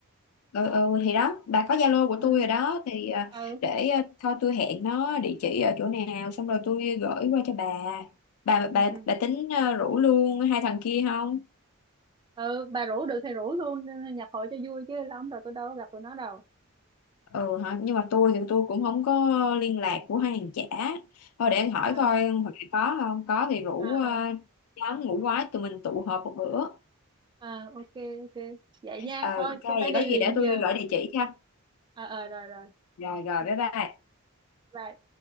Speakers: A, on the left (about 75°); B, on the right (about 20°).
A: ừ, ừ thì đó bà có Zalo của
B: ừ
A: tôi rồi đó thì ờ,
B: ừ
A: để ờ, thôi tôi hẹn nó địa chỉ ở chỗ nào xong rồi tôi gửi qua cho bà bà bà
B: ừ ừ
A: bà tính ờ, rủ luôn hai thằng kia không
B: ừ bà rủ được thì rủ luôn nhập hội cho vui chứ lâu lắm rồi tôi đâu có gặp tụi nó đâu
A: ừ hả nhưng mà tôi thì tôi cũng không có liên lạc của hai hàng chả thôi để anh hỏi
B: à
A: coi hồi nãy có không có thì rủ
B: à
A: ờ,
B: à
A: nhóm ngủ quái tụi mình tụ họp một bữa
B: à ok ok vậy nha
A: ờ
B: thôi
A: ok vậy
B: tôi phải đi
A: có
B: liền
A: gì để tôi
B: giờ
A: gửi địa chỉ cho
B: ờ ờ rồi rồi
A: rồi rồi
B: ok
A: bye bye
B: bye